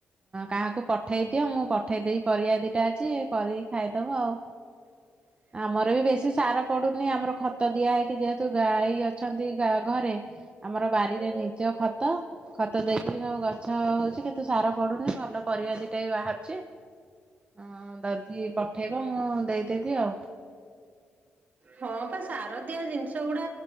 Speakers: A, on the right; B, on the right.
A: କାହାକୁ ପଠେଇ ଦିଅ ମୁଁ ପଠେଇ ଦେବି ପରିବା ଦିଟା ଆଜି କରିକି ଖାଇଦବ ଆଉ।
B: <unintelligible>
A: ଆମର ବି ବେଶୀ ସାର ପଡୁନି ଆମର ଖତ ଦିଆ ହେଇକି ଯେହେତୁ ଗାଈ ଅଛନ୍ତି ଗା ଘରେ। ଆମର ବାରିରେ ନିଜ ଖତ। ଖତ ଦେଇକିରି ସବୁ ଗଛ ହଉଛି କିନ୍ତୁ ସାର ପଡୁନି ଭଲ ପରିବା ଦିଟା ବି ବାହାରୁଛି। ହଁ ଦଦି ପଠେଇବ ମୁଁ ଦେଇଦେବି ଆଉ।
B: ହଁ ବା ସାରଦିଆ ଜିନିଷ ଗୁଡା